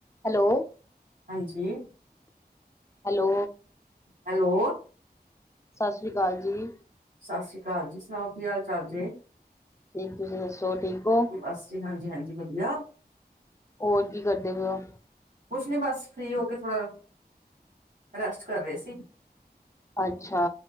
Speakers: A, on the left; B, on the right.
A: ਹੈਲੋ।
B: ਹਾਂਜੀ,
A: ਹੈਲੋ
B: ਹੈਲੋ।
A: ਸਾਸਰੀ ਕਾਲ ਜੀ।
B: ਸਾਸਰੀ ਕਾਲ ਜੀ ਸੁਣਾਓ ਕੀ ਹਾਲ-ਚਾਲ ਜੇ?
A: ਠੀਕ ਤੁਸੀਂ ਦੱਸੋ ਠੀਕ ਓ?
B: ਬਸ ਜੀ ਹਾਂਜੀ-ਹਾਂਜੀ ਵਧੀਆ।
A: ਹੋਰ ਕੀ ਕਰਦੇ ਪਏ ਓ?
B: ਕੁਛ ਨੀ ਬਸ ਫਰੀ ਹੋ ਕੇ ਥੋੜਾ, ਰੈਸਟ ਕਰ ਰਹੇ ਸੀ।
A: ਅੱਛਾ,